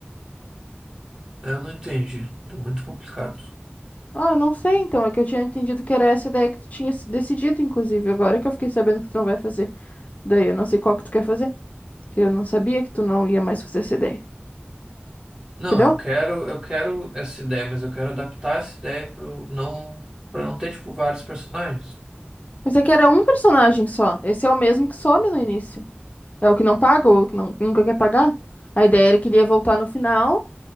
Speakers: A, on the right; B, on the left.
A: Eu não entendi, tá muito complicado.
B: Ah, eu não sei então. É que eu tinha entendido que era essa a ideia que tu tinha s- decidido, inclusive. Agora que eu fiquei sabendo que tu não vai fazer. Daí eu não sei qual que tu quer fazer. Que eu não sabia que tu não ia mais fazer essa ideia.
A: Não,
B: Entendeu?
A: eu quero, eu quero essa ideia, mas eu quero adaptar essa ideia pro não para não ter tipo vários personagens.
B: Mas é que era um personagem só. Esse é o mesmo que some no início. É o que não paga ou o que não, nunca quer pagar. A ideia era que ele ia voltar no final,